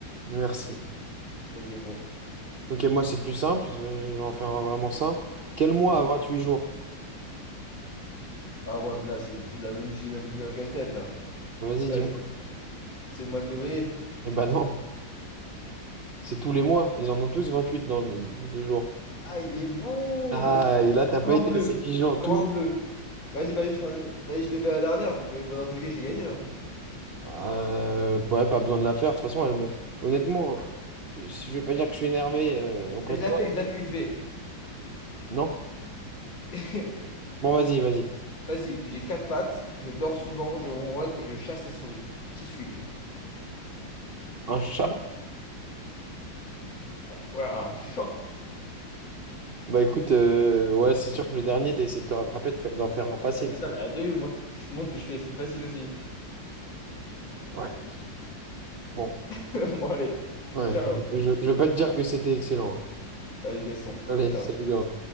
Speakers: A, on the right; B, on the left.
A: Merci.
B: T'as t'as été bon.
A: Ok, moi c'est plus simple, je vais, je vais en faire un vraiment simple. Quel mois
B: Vas-y.
A: a huit jours?
B: Ah ouais, mais là, c'est c'est de la logique, c'est même plus un casse-tête, là.
A: Vas-y,
B: Vas-y.
A: dis-moi.
B: C'est le mois de février.
A: Eh ben non. C'est tous les mois. Ils en ont tous 28 dans, dans deux jours.
B: Ah, il est bon,
A: Ah,
B: je suis...
A: et là, t'as
B: Comme
A: pas
B: un
A: été
B: bleu.
A: assez vigilant. Toujours.
B: Comme un bleu. Vas-y, vas-y, je t'en ai- vas-y, je t'ai fait la dernière, mais bon, dans tous les cas, j'ai gagné là.
A: Euh, ouais, pas besoin de la faire. De toute façon, elle me... honnêtement, je je vais pas dire que je suis énervé euh, auprès
B: Mais Je
A: de
B: la
A: toi.
B: fais, je la fais vite fait.
A: Non?
B: <laughs>
A: Bon, vas-y, vas-y.
B: Vas-y, j'ai quatre pattes, je dors souvent, je ronronne et je chasse les souris. Qui suis-je?
A: Un chat?
B: Ah, Ouais, un chat.
A: Bah écoute, euh, ouais, c'est sûr que le dernier, t'as essayé de te rattraper, de fa- d'en faire un facile.
B: Ah, c'est ça, la déjà vu, moi. Je te montre que je fais des trucs faciles aussi.
A: Ouais, bon.
B: <laughs> Bon, allez.
A: Ouais,
B: Ciao.
A: je vais, je- je vais pas te dire que c'était excellent. hein.
B: Vas-y, Gaston.
A: Allez,
B: Ciao.
A: salut. Léon.